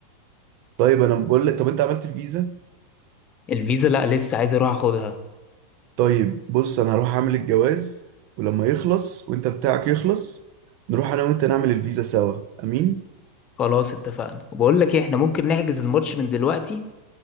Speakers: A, on the right (about 50°); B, on the left (about 30°).
A: طيب انا بقول لك طب انت عملت الفيزا
B: الفيزا لا لسه عايز اروح اخدها
A: طيب بص انا هروح اعمل الجواز ولما يخلص وانت بتاعك يخلص نروح انا وانت نعمل الفيزا سوا امين
B: خلاص اتفقنا وبقول لك ايه احنا ممكن نحجز الماتش من دلوقتي